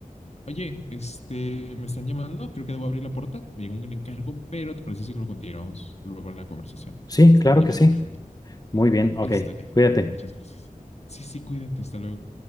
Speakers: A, on the left (about 50°); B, on the left (about 25°).
A: Oye, este, me están llamando, creo que debo abrir la puerta. Me llegó un encargo, pero ¿te parece si lo continuamos luego en la conversación?
B: Sí,
A: Porque me
B: claro
A: están llamando
B: que sí.
A: urgente.
B: Muy bien. Ok.
A: Listo ya.
B: Cuídate.
A: Muchas gracias. Sí, sí, cuídate, hasta luego.